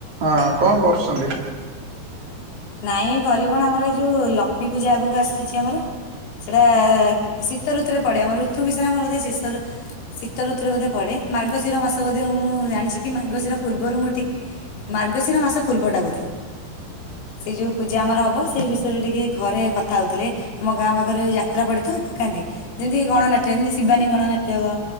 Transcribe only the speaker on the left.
ନାଇଁ ଗରିବ କଣ ଆମର ଏଇ ଯୋଉ ଲକ୍ଷ୍ମୀ ପୂଜା ଆଗକୁ ଆସୁଛି ଆମର। ସେଇଆ ଶୀତ ଋତୁରେ ପଡେ ଆମ ଋତୁ ବିଷୟରେ ବୋଧେ ସେଶ ରେ। ଶୀତ ଋତୁରେ ବୋଧେ ପଡେ ମାର୍ଗଶିର ମାସ ବୋଧେ ମୁଁ ଜାଣିଛି କି ମାର୍ଗଶିର ପୂର୍ବରୁ ମୁଁଟିକ୍। ମାର୍ଗଶିର ମାସ ପୂର୍ବଟା ବୋଧେ। ସେ ଯୋଉ ପୂଜା ଆମର ହବ ସେଇ ବିଷୟରେ ଟିକେ ଘରେ କଥା ହୋଉଥିଲେ। ଆମ ଗାଁ ପାଖରେ ଯାତ୍ରା ପଡେ ତ ପକାନ୍ତି ଯେମିତି ଗଣନାଟ୍ୟ ଯେମିତି ଶିବାନୀ ଗଣନାଟ୍ୟକ।